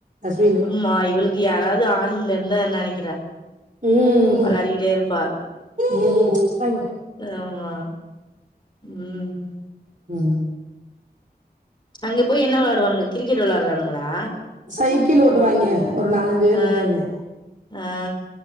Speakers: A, on the right; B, on the left.
A: அஸ்வினு
B: மா இவளுக் யாராவது ஆள் இல்லன்னுதா நெனைக்கிறா
A: ம்
B: விளாடிகிட்டே இருப்பா
A: ம் வாயமூடு
B: ஆமா ம்
A: ம்
B: அங்க போய் என்ன விளாடுவானுங்க கிரிகெட் விளாறானுங்களா
A: சைகிள் ஓட்டுவாய்ங்க ஒரு நாலஞ்சு பேர்
B: ஆ
A: இருக்காய்ங்க
B: ஆ